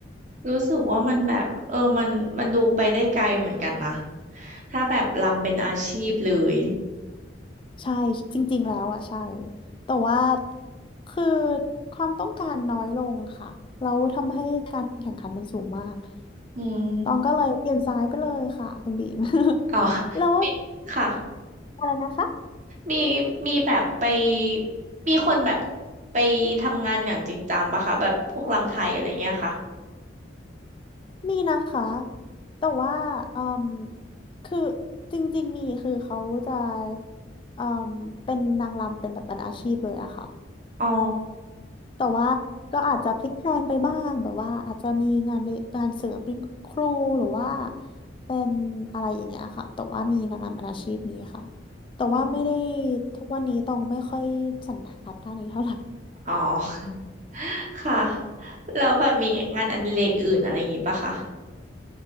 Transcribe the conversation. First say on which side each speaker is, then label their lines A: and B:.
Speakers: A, on the right; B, on the left.
A: รู้สึกว่ามันแบบเออมันมันดูไปได้ไกลเหมือนกันนะถ้าแบบรำเป็นอาชีพเลย
B: ใช่จริงๆแล้วอ่ะใช่แต่ว่าคือความต้องการน้อยลงค่ะแล้วทำให้การแข่งขันมันสูงมาก
A: อืม
B: ตองก็เลยเปลี่ยนสายไปเลยค่ะคุณบีม
A: อ๋อ
B: <laughs> แล้ว
A: มีค่ะ
B: อะไรนะคะ
A: มีมีแบบไปมีคนแบบไปทำงานอย่างจริงจังปะคะแบบพวกรำไทยอะไรเงี้ยค่ะ
B: มีนะคะแต่ว่าอืมคือจริงๆมีคือเขาจะอืมเป็นนางรำเป็นแบบเป็นอาชีพเลยอะค่ะ
A: อ๋อ
B: แต่ว่าก็อาจจะพลิกแพลงไปบ้างแบบว่าอาจจะมีงานเดงานเสริมเป็นครูหรือว่าเป็นอะไรอย่างเงี้ยค่ะแต่ว่ามีงานเป็นอาชีพมีค่ะแต่ว่าไม่ได้
A: อ๋อ
B: ทุกวันนี้ต้องไม่ค่อยสันทัดด้านนี้เท่าไหร่ <laughs>
A: <laughs> ค่ะ แล้วแบบมีงานอดิเรกอื่นอะไรอย่างงี้ปะคะ